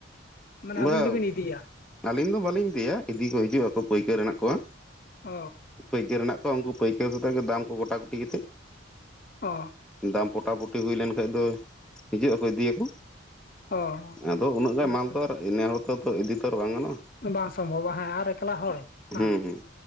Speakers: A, on the left; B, in the centre.
A: ᱢᱟᱱᱮ ᱟᱹᱵᱤᱱ
B: ᱵᱟᱝ
A: ᱜᱮᱵᱤᱱ ᱤᱫᱤᱭᱟ
B: ᱟᱞᱤᱧ ᱫᱚ ᱵᱟᱹᱞᱤᱧ ᱤᱫᱤᱭᱟ ᱤᱫᱤ ᱠᱚ ᱦᱤᱡᱩᱜ-ᱟ ᱯᱟᱹᱭᱠᱟᱹᱨ ᱢᱮᱱᱟᱜ ᱠᱚᱣᱟ᱾
A: ᱚ
B: ᱯᱟᱹᱭᱠᱟᱹᱨ ᱢᱮᱱᱟᱜ ᱠᱚᱣᱟ ᱩᱱᱠᱩ ᱯᱟᱹᱭᱠᱟᱹᱨ ᱥᱟᱛᱮᱜ ᱜᱮ ᱫᱟᱢ ᱠᱚ ᱜᱚᱴᱟ ᱜᱩᱴᱤ ᱠᱟᱛᱮᱫ
A: ᱚ
B: ᱫᱟᱢ ᱯᱚᱴᱟᱯᱚᱴᱤ ᱦᱩᱭ ᱞᱮᱱ ᱠᱷᱟᱱᱡ ᱫᱚ ᱦᱤᱡᱩᱜ ᱟᱠᱚ ᱤᱫᱤᱭᱟᱠᱚ
A: ᱚ
B: ᱟᱫᱚ ᱩᱱᱟᱹᱜ ᱜᱟᱱ
A: ᱦᱮᱸᱛᱚ
B: ᱢᱟᱞ ᱛᱚ ᱟᱨ ᱤᱱᱟᱹ ᱦᱚᱲ ᱛᱟ ᱤᱫᱤ ᱛᱟ ᱟᱨ ᱵᱟᱝ ᱜᱟᱱᱚᱜ-ᱟ᱾
A: ᱵᱟᱝ ᱥᱚᱢᱵᱷᱚᱵᱼᱟ ᱦᱮᱸ ᱟᱨ ᱮᱠᱞᱟ ᱦᱚᱲ ᱦᱮᱸ
B: ᱦᱩᱸ ᱦᱩᱸ